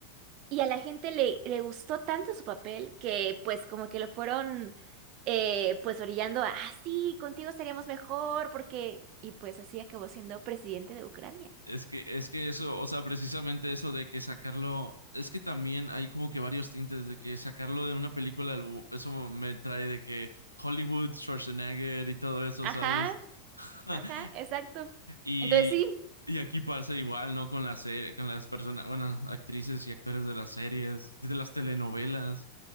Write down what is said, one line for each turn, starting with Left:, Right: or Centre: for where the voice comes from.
Right: y a la gente le, le gustó tanto su papel que pues como que lo fueron eh, pues orillando a, ah, sí, contigo estaríamos mejor porque... Y pues así acabó siendo presidente de Ucrania.
Left: es que, es que eso, o sea, precisamente eso de que sacarlo, es que también hay como que varios tintes de que sacarlo de una película, lo- eso me trae de que Hollywood, Schwarzenegger y todo eso,
Right: Ajá,
Left: ¿sabes? <laughs>
Right: ajá, exacto.
Left: Y,
Right: Entonces sí.
Left: y aquí pasa igual, ¿no? Con las, se- con las personas, bueno, actrices y actores de las series, de las telenovelas.